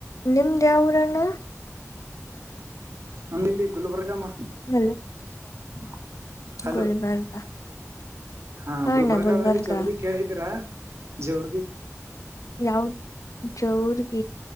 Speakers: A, on the left; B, on the right.
A: ನಿಮ್ದ ಯಾವರಣ್ಣ
B: ನಂದಿಲ್ಲಿ ಗುಲ್ಬರ್ಗಮ್ಮ
A: ಹಲೋ
B: <inaudible> ಹಲೋ
A: ಗುಲ್ಬರ್ಗ
B: ಹಾ
A: ಹಾಣ್ಣ
B: ಗುಲ್ಬರ್ಗಾವಳ್ಳಿ
A: ಗುಲ್ಬರ್ಗ
B: ಚ ಅವ್ರಗೆ ಕೇಳಿದ್ದೀರಾ ಜೋರ್ಗ
A: ಯಾವ ಜೋರ್